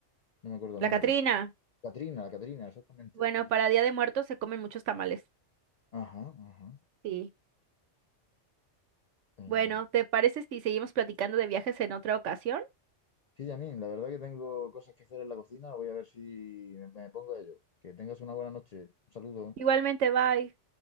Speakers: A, on the left (about 55°); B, on the right (about 80°).
A: no me acuerdo el
B: La
A: nombre.
B: Catrina.
A: Catrina, la Catrina, exactamente,
B: Bueno,
A: sí.
B: para Día de Muertos se comen muchos tamales.
A: Ajá, ajá.
B: Sí.
A: Eh,
B: Bueno, ¿te parece si seguimos platicando de viajes en otra ocasión?
A: sí, Janine, la verdad que tengo cosas que hacer en la cocina. Voy a ver si me, me pongo a ello. Que tengas una buena noche. Un saludo.
B: Igualmente, bye.